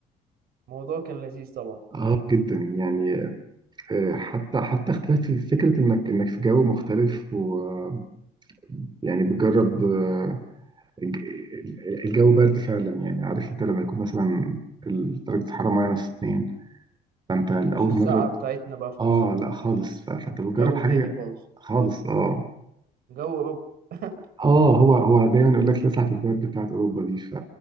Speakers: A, on the right; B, on the right.
A: الموضوع كان لذيذ طبعا
B: آه جدا يعني آه، حتى حتى اختلاف في فكرة إنك إنك في جو مختلف ويعني بتجرب آه، الج- الجو برد فعلا يعني عارف أنت لما يكون مثلا درجة الحرارة ماينس اتنين فأنت لأول
A: مش السقعة
B: مرة
A: بتاعتنا بقى في
B: اه
A: مصر
B: لا خالص ف- فانت بتجرب
A: جو
B: حاجه
A: تاني خالص
B: خالص اه
A: جو أوروبا <laughs>
B: اه هو هو دايما يقول لك لسعة البرد بتاعت اوروبا دي ف...